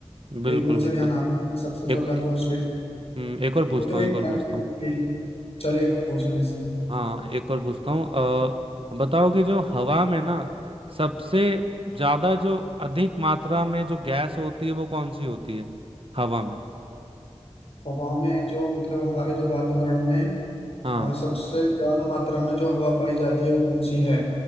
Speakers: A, on the right; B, on the left.
A: बिल्कुल
B: एकदम
A: बिल्कुल
B: से ध्यान आता है सबसे छोटा
A: एक
B: तो ऑस्ट्रेलिया
A: हम्म, एक और पूछता
B: वो तो
A: हूँ
B: एक
A: एक और
B: कंट्री
A: पूछता हूँ
B: थी। चलिए एक और पूछना इसी
A: हाँ एक और पूछता हूँ अ, बताओ कि जो हवा में ना सबसे ज्यादा जो अधिक मात्रा में जो गैस होती है वो कौन सी होती है हवा में
B: हवा में जो मतलब हमारे जो वातावरण में
A: हाँ
B: अ, सबसे ज्यादा मात्रा में जो हवा पाई जाती है वो कौन सी है